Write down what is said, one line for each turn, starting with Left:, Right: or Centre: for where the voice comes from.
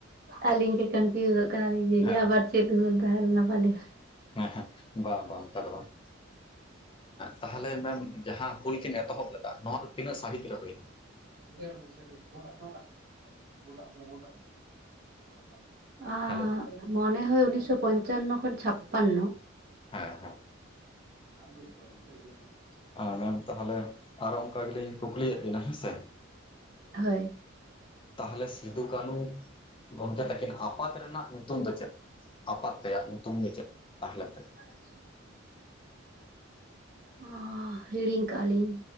Right: ᱟᱹᱞᱤᱧ ᱜᱮ ᱠᱚᱱᱯᱤᱭᱩᱡᱚᱜ ᱠᱟᱱᱟ ᱞᱤᱧ, ᱡᱮ
Left: ᱦᱮᱸ
Right: ᱟᱵᱟᱨ ᱪᱮᱫ ᱦᱩᱞ ᱛᱟᱦᱮ ᱞᱮᱱᱟ ᱯᱟᱞᱮ?
Left: ᱮᱸᱦᱮᱸᱫ, ᱵᱟᱝ ᱵᱟᱝ ᱚᱝᱠᱟ ᱫᱚ ᱵᱟᱝ? ᱛᱟᱦᱚᱞᱮ ᱢᱮᱢ, ᱡᱟᱦᱟᱸ ᱦᱩᱞ ᱠᱤᱱ ᱮᱛᱚᱦᱚᱵ ᱞᱮᱫᱟ, ᱱᱚᱣᱟ ᱫᱚ ᱛᱤᱱᱟᱹᱜ ᱥᱟᱹᱦᱤᱛ ᱨᱮ ᱦᱩᱭᱞᱮᱱᱟ ᱾
Right: <unintelligible> <inaudible> <inaudible> ᱟᱸ <unintelligible>
Left: ᱦᱮᱞᱳ,
Right: ᱢᱚᱱᱮ ᱦᱚᱭ, ᱩᱱᱤᱥᱚ ᱯᱚᱧᱪᱟᱱᱱᱚ ᱠᱷᱚᱱ ᱪᱷᱟᱯᱟᱱᱱᱚ,
Left: ᱦᱮᱸ ᱦᱮᱸ,
Right: ᱵᱟᱝ ᱵ <unintelligible> ᱥᱷ ᱜᱮ <unintelligible> <inaudible>
Left: ᱟ ᱢᱮᱢ ᱛᱟᱦᱚᱞᱮ, ᱟᱨ, ᱚᱱᱠᱟ ᱜᱮᱞᱤᱧ ᱠᱩᱠᱞᱤᱭᱮᱫ ᱵᱮᱤᱱᱟ, ᱦᱮᱸᱥᱮ,
Right: ᱦᱳᱭ,
Left: ᱛᱟᱦᱚᱞᱮ ᱥᱤᱫᱩ ᱠᱟᱹᱱᱩ ᱜᱚᱢᱠᱮ ᱛᱟᱹᱠᱤᱱ, ᱟᱯᱟᱛ ᱨᱮᱱᱟᱜ ᱧᱩᱛᱩᱢ ᱫᱚ ᱪᱮᱫ, ᱟᱯᱟᱛ ᱛᱮᱭᱟᱜ ᱧᱩᱛᱩᱢ ᱫᱚ ᱪᱮᱫ ᱛᱟᱦᱮᱸ ᱞᱮᱱ ᱛᱟᱠᱤᱱᱟ?
Right: <inaudible> ᱟᱻᱦ ᱦᱤᱲᱤᱧ ᱠᱟᱜᱼᱟ ᱞᱤᱧ